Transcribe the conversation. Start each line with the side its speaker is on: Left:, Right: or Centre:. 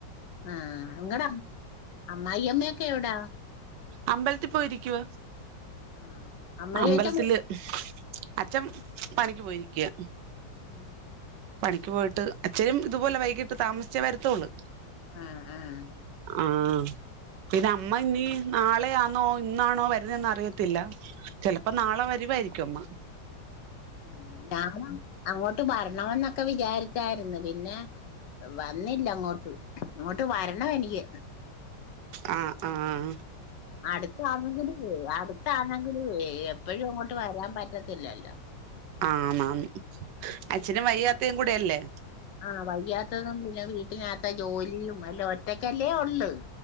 Left: ആം എങ്ങട അമ്മായിഅമ്മക്കെ എവിടാ
Right: അമ്പലത്തിൽ പോയിരിക്കുവ
Left: ആഹ് അമ്മായിയച്ചൻ
Right: അമ്പലത്തില് അച്ഛൻ പണിക്ക് പോയിരിക്കുകയാ
Left: ഉ <inaudible>
Right: പണിക്ക് പോയിട്ട്അച്ഛനും ഇതുപോലെ വൈകിട്ട് താമസിച്ചേ വരത്തൊള്ള്
Left: ആഹ ആഹ
Right: ആഹ് പിന്നെ അമ്മ ഇനീ നാ ളെ ആണോ ഇന്നാണോ വരുന്നെന്ന് അറിയത്തില്ല ചിലപ്പോ നാളെ വരി <unintelligible> യ്ക്കുമ
Left: ഉ ഞാൻ അങ്ങോട്ട് വരണംന്ന ക്കെ വിചാരിച്ചാരുന്നു പിന്നെ വന്നില്ലങ്ങോട്ട്. ങ്ങോട്ട് വരണം എനിക്ക്
Right: ആഹ ആഹ
Left: അടുത്താണെങ്കില് ടുത്തണെങ്കിലുവെ എപ്പഴും അങ്ങോട്ട് വരാൻ പറ്റത്തില്ലല്ലോ
Right: ആന്നാന്ന് അച്ഛനും വയ്യാത്തയും കൂടെല്ലേ
Left: ആഹ് വയ്യാത്തതും പിന്നെ വീട്ടിനകത്ത ജോലിയും അല്ല ഒറ്റക്കല്ലേ ഉള്ള്